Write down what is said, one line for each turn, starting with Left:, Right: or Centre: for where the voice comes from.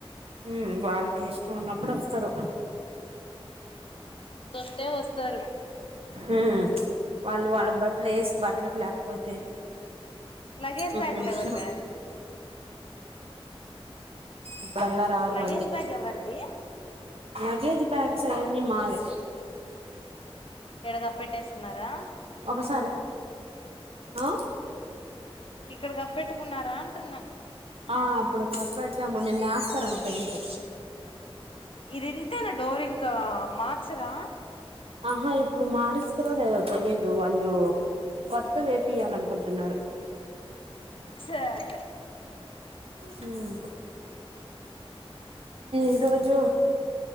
Right: ఉ వాళ్ళకి ఇష్టం ఉన్నప్పుడు వస్తారు
Left: ట వస్తరు
Right: మ్మ్ వాళ్ళు వాళ్ళ ప్లేస్ బట్టలకు లేకపోతే
Left: లగేజ్
Right: అప్పుడుచ్చ
Left: బ్యాగులు ఎవరివే
Right: ఇప్పుడుల ఆరు
Left: లగేజ్
Right: మళ్ల్ి
Left: బ్యాగ్ ఎవరిది
Right: లగేజ్ బ్యాగ్స్ అవన్నీ మావే
Left: ఈడ కప్పెట్టేస్తున్నారా
Right: ఒకసారి ఆ
Left: ఇక్కడ కప్పెట్టుకున్నారా అంటున్నా
Right: ఆ అప్పుడు కప్ప పెెడతాము నేను వేస్తాను పెయిట్
Left: ఇది ఇంతేనా డోర్ ఇంకా మార్చరా
Right: ఆహా ఇ ఇప్పుడు మారిస్తారో లేదో తెలీదు వాళ్ళు కొత్త వేపియాల అనుకుంటున్నారు
Left: సరే
Right: హ ఈరోోజు